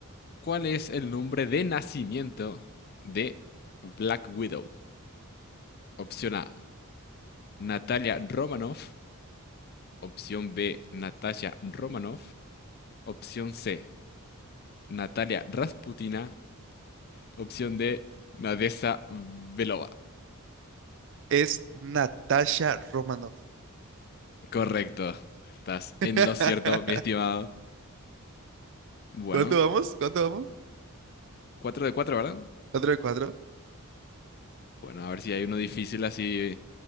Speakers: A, on the left; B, on the right.
A: ¿Cuál es el nombre de nacimiento de Black Widow? Opción A, Natalia Romanoff. Opción B, Natasha Romanoff. Opción C, Natalia Rasputina. Opción D, Nadesa Belova.
B: Es Natasha Romanoff.
A: Correcto. Estás
B: <laughs>
A: en lo cierto, mi estimado. Bueno,
B: ¿Cuánto vamos? ¿Cuánto vamos?
A: cuatro de cuatro, ¿verdad?
B: ¿Cuatro de cuatro?
A: Bueno, a ver si hay uno difícil así.